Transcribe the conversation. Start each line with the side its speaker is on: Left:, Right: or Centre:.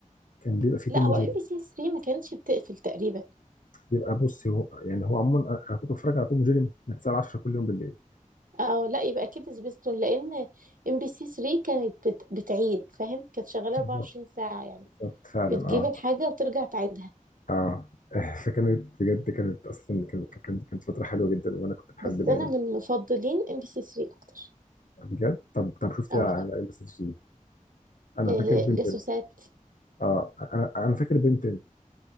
Left: كان بيبقى فيه
Right: لأ،
Left: توم
Right: هو
Left: وجيري
Right: MBC3 ما كانتش بتقفل تقريبًا.
Left: بيبقى بص هو يعني هو عموما انا أنا كنت بتفرج على توم وجيري من 9 ل 10 كل يوم بالليل
Right: اه لا يبقى اكيد سبيستون لان ام بي سي 3 كانت بت... بتعيد فاهم كانت شغاله
Left: بالظبط
Right: 24 ساعه يعني
Left: بالظبط فعلا
Right: بتجيب
Left: اه
Right: الحاجه وترجع تعيدها
Left: اه <laughs> فكانت بجد كانت اصلا كانت كانت كانت فتره حلوه جدا وانا كنت بحب
Right: بس
Left: الايام
Right: انا من
Left: دي
Right: مفضلين ام بي سي 3 اكتر
Left: بجد طب طب شفت
Right: اه
Left: ايه على ام بي سي 3 انا
Right: إيه،
Left: فاكر بنتين
Right: جاسوسات
Left: اه انا انا فاكر بنتين